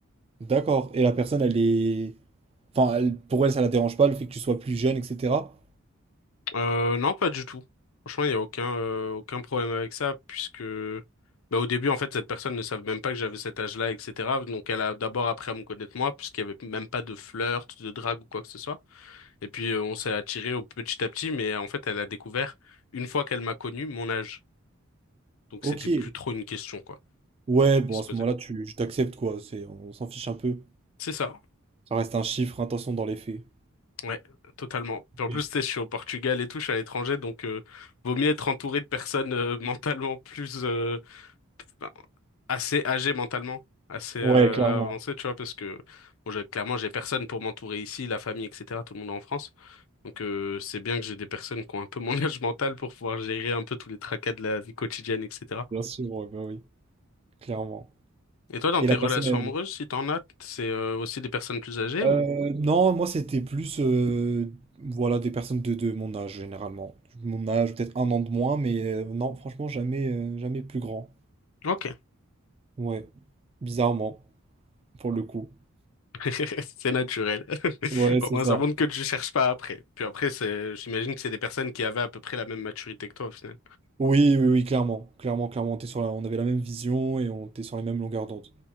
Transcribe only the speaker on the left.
Euh, non, pas du tout. Franchement, il y a aucun euh, aucun problème avec ça puisque bah, au début en fait cette personne ne savait même pas que j'avais cet âge-là, etc. Donc elle a d'abord appris à me connaître moi puisqu'il y avait même pas de flirt, de drague ou quoi que ce soit. Et puis euh, on s'est attiré au petit à petit, mais euh, en fait elle a découvert une fois qu'elle m'a connu mon âge. Donc
c'était plus trop une question, quoi,
qui
se
posait.
C'est ça.
Ouais, totalement.
Puis en plus, tu sais, je suis au Portugal et tout, je suis à l'étranger, donc euh, vaut mieux être entouré de personnes euh, <laughs> mentalement plus euh, ben, assez âgées mentalement, assez euh,
avancées, tu vois, parce que bon, j'ai- clairement, j'ai personne pour m'entourer ici, la famille, etc. Tout le monde est en France, donc euh, c'est bien que j'ai des personnes qui ont un peu mon <laughs> âge mental pour pouvoir gérer un peu tous les tracas de la vie quotidienne, etc.
Et toi, dans
tes
relations
amoureuses, si t'en as, c'est euh, aussi des personnes plus âgées
ou?
Ok.
<laughs> C'est naturel. <laughs>
Au
moins,
ça montre que tu cherches pas après. Puis après, c'est, j'imagine que c'est des personnes qui avaient à peu près la même maturité que toi au final.